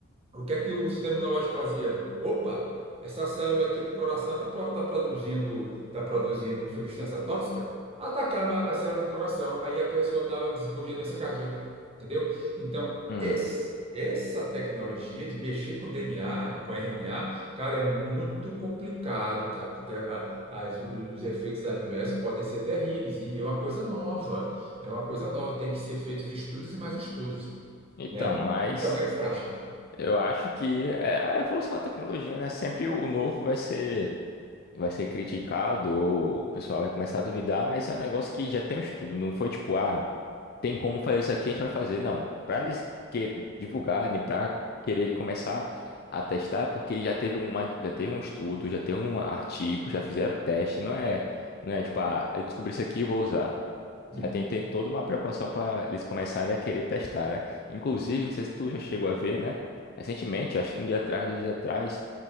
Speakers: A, on the right (about 30°); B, on the left (about 45°).
A: o que é que o sistema imunológico fazia? Opa, essa célula aqui do coração está produzindo, tá produzindo substância tóxica, atacava as células do coração, aí a pessoa dava, desenvolvia doença cardíaca, entendeu? Então,
B: hum.
A: esse- essa tecnologia de mexer com DNA, com RNA, cara, é muito complicado, cara, porque a- as- os efeitos adversos podem ser terríveis, e é uma coisa nova, é uma coisa nova, tem que ser feitos estudos e mais estudos,
B: Então,
A: né?
B: mas
A: Então, o que é que você acha?
B: eu acho que é a evolução da tecnologia, né? Sempre o novo vai ser vai ser criticado ou o pessoal vai começar a duvidar, mas é um negócio que já tem um estudo, não foi tipo, ah, tem como fazer isso aqui, a gente vai fazer. Não, para eles quer- divulgarem, para quererem começar a testar, é porque já teve uma já teve um estudo, já teve um artigo, já fizeram teste, não é não é tipo, ah, eu descobri isso aqui e vou usar.
A: Hum.
B: Já tem, tem toda uma precaução para eles começarem a querer testar, né? Inclusive, não sei se tu já chegou a ver, né? Recentemente, acho que um dia atrás, dois dias atrás,